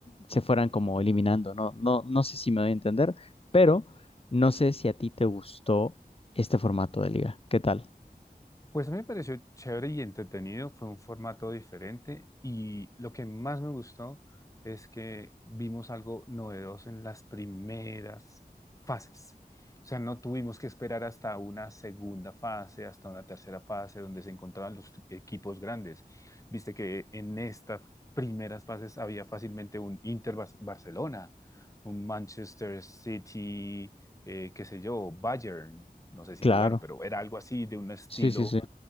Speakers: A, on the left (about 35°); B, on the left (about 20°).
A: se fueran como eliminando, ¿no? No, no sé si me doy a entender, pero no sé si a ti te gustó este formato de liga. ¿Qué tal?
B: Pues a mí me pareció chévere y entretenido, fue un formato diferente y lo que más me gustó es que vimos algo novedoso en las primeras fases. O sea, no tuvimos que esperar hasta una segunda fase, hasta una tercera fase donde se encontraban los equipos grandes. Viste que en estas primeras fases había fácilmente un Inter Bar- Barcelona, un Manchester City, eh, qué sé yo, Bayern. No sé si
A: Claro.
B: jugaron, pero era algo así de un estilo
A: Sí, sí, sí.